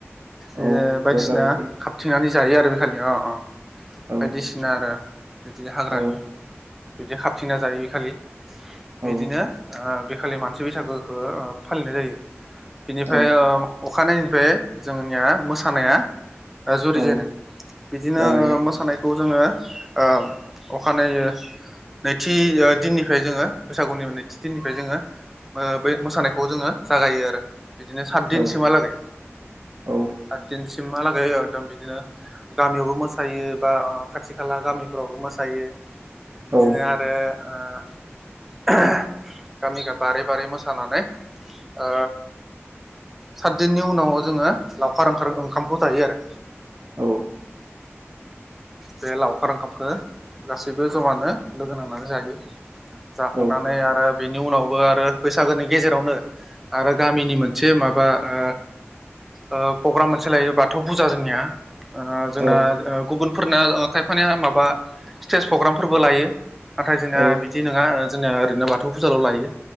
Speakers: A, in the centre; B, on the right.
A: ओ
B: औ
A: बायदिसिना
B: गोखा गोखै
A: खाबथिंनानै जायो आरो बे खालि अ अ
B: औ
A: बायदिसिना आरो बिदिनो हाग्रानि
B: औ
A: बिदि खाबथिना जायो इखालि
B: औ
A: बिदिनो ओ बेखालि मानसि बैसागोखौ ओ फालिनाय जायो। बिनिफ्राय
B: औ
A: ओ अखानायैनिफ्राय जोंनिया मोसानाया ओ जुरिजेनो
B: औ
A: बिदिनो
B: जागायो
A: ओ मोसानाय खौ जोङो ओ अखानायै नैथि दिननिफ्राय जोङो बैसागुनि नैथि दिननिफ्राय जोङो ओ बे मोसानायखौ जोङो जागायो आरो। बिदिनो सातदिनसिमहालागै
B: औ औ
A: सात दिन सिमहालागै एकदम बिदिनो गामियावबो मोसायो बा खाथि खाला गामिफ्रावबो मोसायो बिदिनो
B: औ
A: आरो ओ <unintelligible> गामिगा बारै बारै मोसानानै ओ सातदिननि उनाव जोङो लावखार ओंखार ओंखामखौ जायो आरो
B: औ
A: बे लावखार ओंखामखौ गासैबो जमानो लोगो नांनानै जायो। जाखांनानै
B: औ
A: आरो बेनि उनावबो आरो बैसागोनि गेजेरावनो आरो गामिनि मोनसे माबा ओ ओ प्रग्राम मोनसे लायो बाथौ फुजा जोंनिया ओ जोंना
B: औ
A: ओ गुबुन फोरना ओ खायफानिया माबा स्टेज प्रग्रामफोरबो लायो। नाथाय जोंना
B: औ
A: बिदि नङा ओ जोंनिया ओरैनो बाथौ फुजाल' लायो।